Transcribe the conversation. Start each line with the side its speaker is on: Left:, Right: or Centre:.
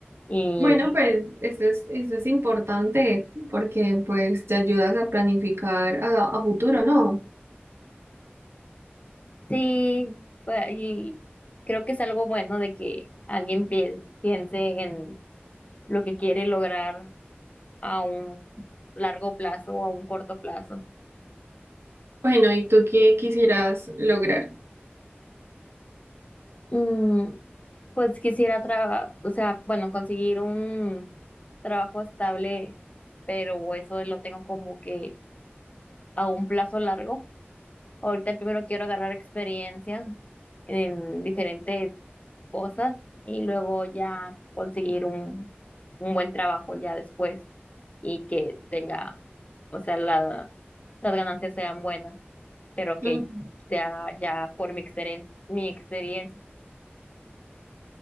Left: Y
Right: Bueno, pues eso es, eso es importante porque pues te ayudas a planificar a, a futuro, ¿no?
Left: Sí, pues, y creo que es algo bueno de que alguien pien- piense en lo que quiere lograr a un largo plazo o a un corto plazo.
Right: Bueno, ¿y tú qué quisieras lograr?
Left: Mm, pues quisiera trabajar, o sea, bueno, conseguir un trabajo estable, pero eso lo tengo como que a un plazo largo. Ahorita primero quiero agarrar experiencia en diferentes cosas y luego ya conseguir un, un buen trabajo ya después y que tenga, o sea, la, las ganancias sean buenas, pero que
Right: Mm.
Left: sea ya por mi experien- mi experiencia,